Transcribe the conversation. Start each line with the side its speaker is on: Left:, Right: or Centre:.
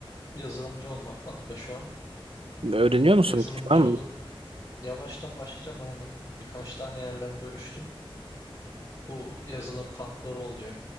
Left: yazılımcı olmak kanka şu an.
Right: Öğreniyor musun
Left: Yazılımcı
Right: hiç? Var mı?
Left: olup yavaştan başlayacağım aynen. Birkaç tane yerden görüştüm. Bu yazılım kampları oluyor.